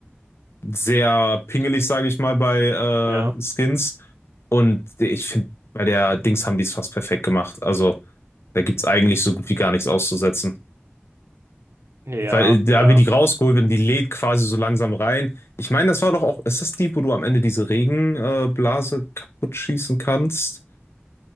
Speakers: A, on the left; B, on the right.
A: sehr pingelig, sage ich mal, bei
B: Ja,
A: äh, Skins. Und ich finde, bei der Dings haben die es fast perfekt gemacht. Also da gibt es eigentlich so gut wie gar nichts auszusetzen.
B: ja,
A: Weil da
B: ja.
A: wird die rausgeholt werden, die lädt quasi so langsam rein. Ich meine, das war doch auch, ist das die, wo du am Ende diese Regenblase kaputt schießen kannst?